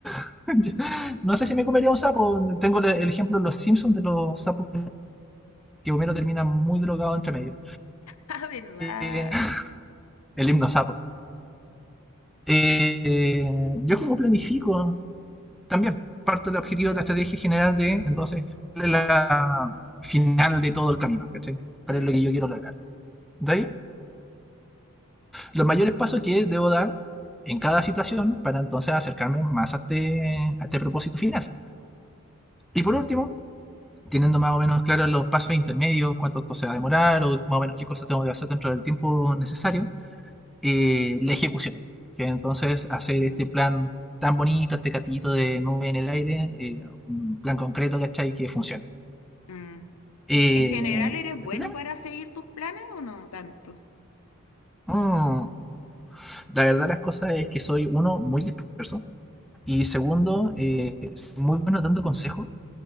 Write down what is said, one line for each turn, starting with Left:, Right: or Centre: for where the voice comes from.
Centre: <laughs> no sé si me comería un sapo. Tengo el ejemplo de los Simpsons de los sapos que Homero termina muy drogado entre medio.
Left: Ah, ¿verdad?
Centre: Eh, <laughs> el himno sapo. Eh, yo como planifico también parte del objetivo de la estrategia general de entonces cuál es la final de todo el camino, ¿cachai? ¿Cuál
Left: Mm,
Centre: es lo que yo quiero lograr? De ahí los mayores pasos que debo dar en cada situación para entonces acercarme más a este, a este propósito final. Y por último, teniendo más o menos claros los pasos intermedios, cuánto esto se va a demorar o más o menos qué cosas tengo que hacer dentro del tiempo necesario, eh, la ejecución. Que entonces hacer
Left: mm,
Centre: este plan tan bonito, este catito de nube en el aire, eh, un plan concreto, ¿cachai? Que funcione.
Left: mm.
Centre: Eh,
Left: ¿Y en general eres bueno
Centre: ¿El problema?
Left: para seguir tus planes o no tanto?
Centre: Mm, la verdad las cosas es que soy uno muy disperso. Y segundo, eh, es muy bueno dando consejos,